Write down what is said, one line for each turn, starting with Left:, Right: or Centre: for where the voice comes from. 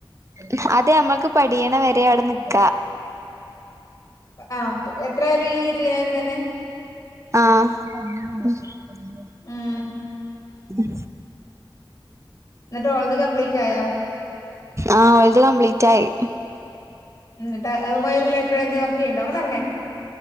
Right: മ്ഹ് അത്‌ ഞമ്മൾക്ക് പടിയിണ വരെ അവ്ടെ നിക്കാ
Left: പ് ആപ്.. എത്രായാലും ഈ ഇരുവയിനാരംതന്നെ
Right: ആ.. മ്..
Left: ഉം
Right: മ്
Left: ന്ന്ട്ടോളത് കംപ്ലീറ്റായോ
Right: ആഹ് ഓല്ത് കംപ്ലീറ്റായി
Left: ന്നട്ട് അത്‌മായി റിലേറ്റഡായി എന്തേലും വർക്കെയ്യ്ണ്ടോ?